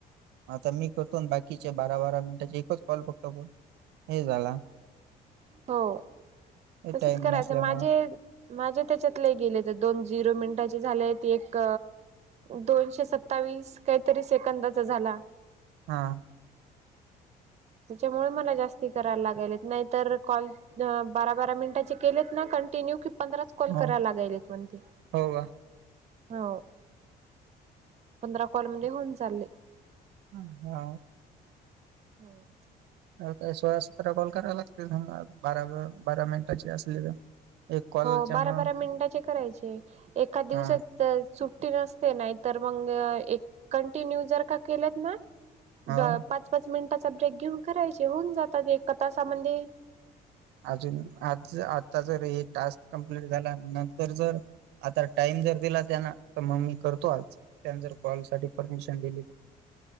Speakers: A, on the right; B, on the right.
A: आता मी करतो बाकीचे बारा बारा मिनिटाचे एकच कॉल बघतो हे झाला.
B: हो
A: हे
B: तसच
A: टाइम
B: करायचं
A: नसल्यामुळे
B: माझे. माझ्या त्याच्यातले गेले तर दोन झिरो मिनिटाचे झालेय ते एक. दोनशे सत्तावीस काहीतरी सेकंदाचा झाला.
A: हा.
B: त्याच्यामुळे मला जास्ती करायला लागेल नाहीतर. कॉल बारा बारा मिनिटाचे केलेत ना कंटिन्यू. पंधराच कॉल
A: हो
B: करायला लागाएलेत म्हणते.
A: हो का
B: हो पंधरा कलमध्ये होऊन चालले.
A: ह हा.
B: होम.
A: अ काही सोळा सतरा कॉल कराव लागते स बारा बारा मिनिटाची असली तर एक कॉलच्या
B: हो बारा
A: मुळ
B: बारा मिनिटाचे करायचे एखाद दिवसात
A: हा
B: सुट्टी नसते नाहीतर मग एक कंटिन्यू जर का केलेत ना
A: हो
B: पाच पाच मिनिटाचा ब्रेक घेऊन करायचे होऊन जातात एका तासामध्ये
A: अजून आज आता जर हे टास्क कम्प्लीट झाला नंतर जर. आता टाइम जर दिला त्या ना तर मग मी करतो आज. त्यां जर कॉल साठी परमिशन दिली तर.